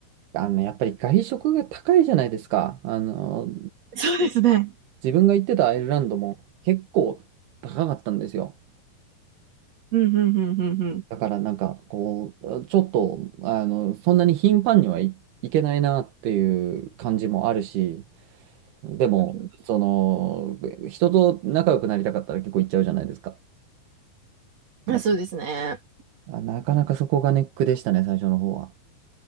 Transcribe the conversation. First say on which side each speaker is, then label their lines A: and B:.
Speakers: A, on the right (about 85°); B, on the right (about 45°).
A: あ。あの、やっぱり外食が高いじゃないですか。あの、
B: そうですね。
A: 自分が行ってたアイルランドも結構高かったんですよ。
B: うんうんうんうんうん
A: だからなんかこう、ちょっと、あの、そんなに頻繁にはい、いけないなっていう感じもあるし、でも、
B: うんうん。
A: その、人と仲良くなりたかったら結構行っちゃうじゃないですか。
B: あ、
A: だか
B: そうですね。
A: ら、あなかなかそこがネックでしたね、最初の方は。